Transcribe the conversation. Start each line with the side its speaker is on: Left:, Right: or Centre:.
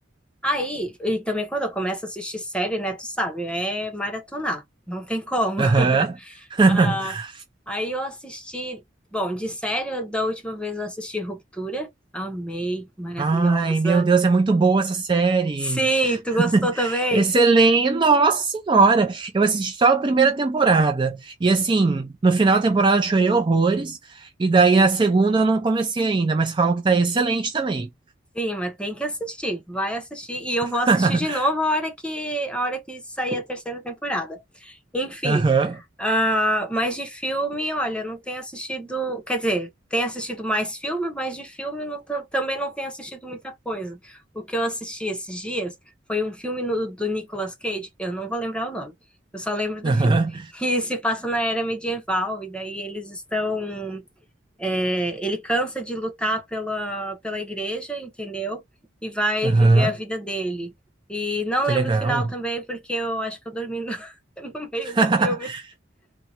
Centre: Aí, e também quando eu começo a assistir série, né? Tu sabe, é maratonar, não tem como.
Right: Aham.
Centre: <laughs>
Right: <laughs>
Centre: Ah, aí eu assisti, bom, de série, da última vez eu assisti Ruptura. Amei, maravilhosa.
Right: Ai, meu Deus, é muito boa essa série.
Centre: Sim, tu
Right: <laughs>
Centre: gostou também?
Right: Excelente, nossa senhora. Eu assisti só a primeira temporada. E assim, no final da temporada eu chorei horrores. E daí a segunda eu não comecei ainda, mas falam que tá excelente também.
Centre: Sim, mas tem que assistir, vai assistir. E eu
Right: <laughs>
Centre: vou assistir de novo a hora que, a hora que sair a terceira temporada. Enfim,
Right: Aham,
Centre: ah, mas de filme, olha, não tenho assistido. Quer dizer, tenho assistido mais filme, mas de filme não tam- também não tenho assistido muita coisa. O que eu assisti esses dias foi um filme no- do Nicolas Cage, eu não vou lembrar o nome, eu só lembro do
Right: aham,
Centre: filme. <laughs> E se passa na era medieval, e daí eles estão É, ele cansa de lutar pela, pela igreja, entendeu? E vai
Right: aham.
Centre: viver a vida dele. E não
Right: Que
Centre: lembro
Right: legal.
Centre: o final também, porque eu acho que eu dormi no, <laughs> no meio do
Right: <laughs>
Centre: filme.